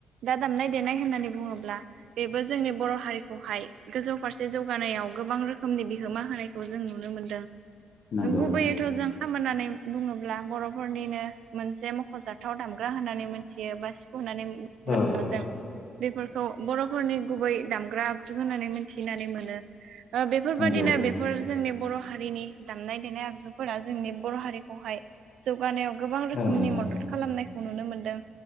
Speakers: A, on the right; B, on the left.
A: दा दामनाय देनाय होननानै बुङोब्ला बेबो जोंनि बर' हारिखौहाय गोजौ फारसे जौगानायाव गोबां रोखोमनि बिहोमा होनायखौ जों नुनो मोनदों।
B: नंगौ
A: गुबैयैथ' जों खाम होननानै बुङोब्ला बर'फोरनिनो मोनसे मख'जाथाव दामग्रा होननानै मिथियो बा
B: औ
A: <unintelligible> बेफोरखौ बर'फोरनि गुबै दामग्रा आगजु होननानै मिनथिनानै मोनो ओ बेफोरबादिनो
B: नंगौ
A: बेफोर जोंनि बर' हारिनि दामनाय देनाय आगजुफोरा जोंनि बर' हारिखौहाय जौगानायाव गोबां रोखोमनि
B: औ नंगौ
A: मदद खालामनायखौ नुनो मोनदों